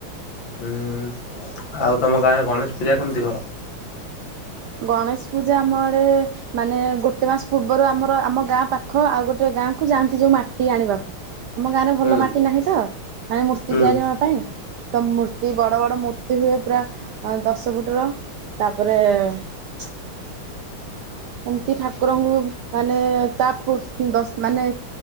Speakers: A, on the left (about 60°); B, on the right (about 75°).
A: ହୁଁ। ଆଉ ତମ ଗାଁରେ ଗଣେଶ ପୂଜା କେମିତି କର
B: ଗଣେଶ ପୂଜା ଆମଆଡ଼େ ମାନେ ଗୋଟେ ମାସ ପୂର୍ବରୁ ଆମର ଆମ ଗାଁ ପାଖ ଆଉ ଗୋଟେ ଗାଁ କୁ ଯାଆନ୍ତି ଯୋଉ ମାଟି ଆଣିବାକୁ। ଆମ ଗାଁରେ
A: ହୁଁ
B: ଭଲ ମାଟି ନାହିଁ ତ ମାନେ ମୂର୍ତ୍ତି
A: ହୁଁ
B: ତିଆରି ହବା ପାଇଁ ସ ମୂର୍ତ୍ତି ବଡ ବଡ ମୂର୍ତ୍ତି ହୁଏ ପୁରା ଦଶ ଫୁଟ ର ତାପରେ <unintelligible> ଏମତି ଠାକୁରଙ୍କୁ ମାନେ ତା ମାନେ